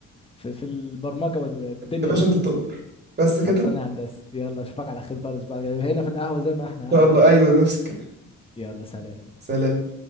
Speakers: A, on the left (about 20°); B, on the right (about 35°).
A: في, في البرمجه والدنيا
B: يا باشا
A: دي
B: انت تؤمر بس كده
A: خلصانه
B: ان
A: يا هندسه يلا اشوفك على خير بقى الاسبوع الجاي هنا في القهوه زي ما احنا
B: شاء
A: ها
B: الله ايوه نفس الكلام
A: يلا سلام
B: سلام